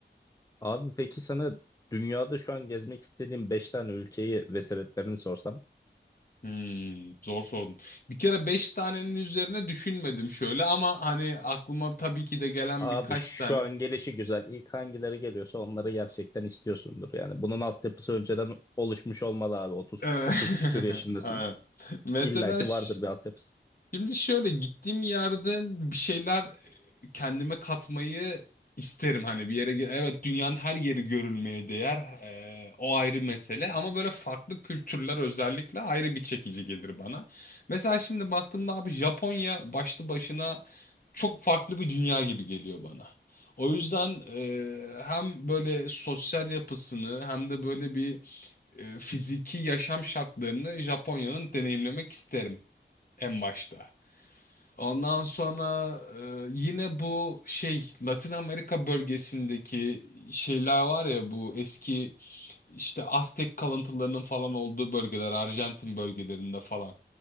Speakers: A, on the left; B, on the left.
A: Abi peki sana dünyada şu an gezmek istediğin 5 tane ülkeyi ve sebeplerini sorsam.
B: Hmm, zor sordun. Bir kere 5 tanenin üzerine düşünmedim şöyle ama hani aklıma tabii ki de gelen
A: Abi
B: birkaç
A: şu
B: tane.
A: an gelişi güzel. İlk hangileri geliyorsa onları gerçekten istiyorsundur. Yani bunun altyapısı önceden oluşmuş olmalı abi. 30,
B: Eee,
A: 30 küsür yaşındasın.
B: evet. <laughs> Mesela
A: İlla ki
B: ş-
A: vardır bir altyapısı.
B: şimdi şöyle gittiğim yerde bir şeyler kendime katmayı isterim hani bir yere ge- evet dünyanın her yeri görülmeye değer eee, o ayrı mesele ama böyle farklı kültürler özellikle ayrı bir çekici gelir bana. Mesela şimdi baktığımda abi Japonya başlı başına çok farklı bir dünya gibi geliyor bana. O yüzden eee, hem böyle sosyal yapısını hem de böyle bir e, fiziki yaşam şartlarını Japonya'nın deneyimlemek isterim en başta. Ondan sonra e, yine bu şey Latin Amerika bölgesindeki şeyler var ya bu eski işte Aztek kalıntılarının falan olduğu bölgeler Arjantin bölgelerinde falan.